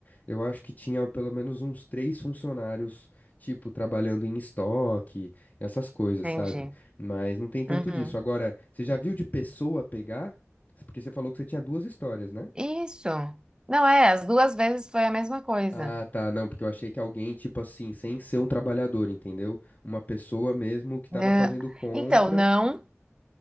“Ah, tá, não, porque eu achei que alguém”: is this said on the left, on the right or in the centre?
Left